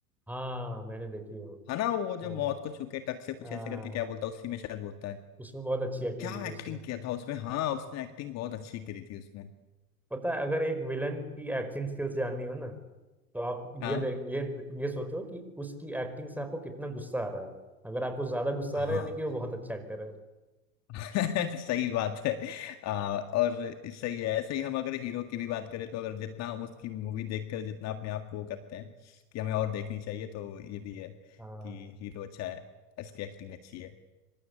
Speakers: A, in the centre; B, on the left.
A: हाँ मैंने देखी है वो
B: है ना वो जो
A: हाँ
B: मौत को छू के टक से कुछ
A: हाँ
B: ऐसे करके क्या बोलता है उसी में शायद बोलता है
A: उसमें बहुत अच्छी एक्टिंग
B: क्या
A: की थी
B: एक्टिंग
A: उसने
B: किया था उसमें हाँ उसने एक्टिंग बहुत अच्छी करी थी उसमें
A: पता है अगर एक विलन की एक्टिंग स्किल्स जाननी हो ना तो आप
B: हाँ
A: ये देख ये ये सोचो कि उसकी एक्टिंग से आपको कितना गुस्सा आ रहा है अगर आपको ज्यादा गुस्सा
B: हाँ
A: आ रहा है यानी कि वो बहुत अच्छा एक्टर है
B: <laughs> सही बात है आ, और सही है ऐसे ही हम अगर हीरो की भी बात करें तो अगर जितना हम उसकी मूवी देखकर जितना अपने आप को वो करते हैं कि हमें और देखनी चाहिए तो ये भी है
A: हाँ
B: कि हीरो अच्छा है इसकी एक्टिंग अच्छी है